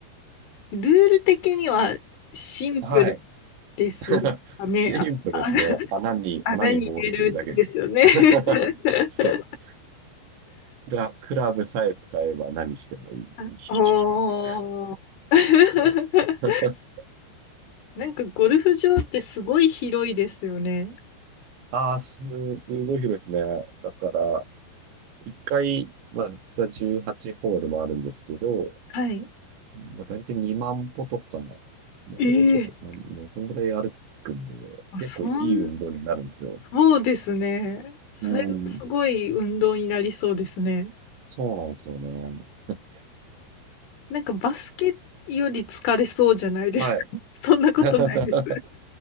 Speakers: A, on the left; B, on the right.
A: ルール的にはシンプル
B: はい。
A: ですかね。
B: <laughs> シンプルですね。
A: あ、あ
B: 穴に、
A: 穴に入れるんですよね。
B: 穴にボール入れるだけです。
A: <laughs>
B: <laughs> そうですね。クラ、クラブさえ使えば何してもいい。いいっちゃいいですよ。
A: あおー。<laughs>
B: <laughs>
A: なんかゴルフ場ってすごい広いですよね。
B: ああ、す、すごい広いですね。だから、一回、まあ、普通は18ホールもあるんですけど、
A: はい。
B: まあ、大体2万歩とか、も
A: ええ
B: うちょっとやっぱ3、もうそんぐらい歩くんで、
A: あそん、
B: 結構いい運動になるんですよ。
A: そうですね。それがすごい運動になりそうですね。
B: うん、そうなんですよね。<laughs>
A: なんかバスケより疲れそうじゃないですか。
B: はい。
A: <laughs> そんなことないです。
B: <laughs>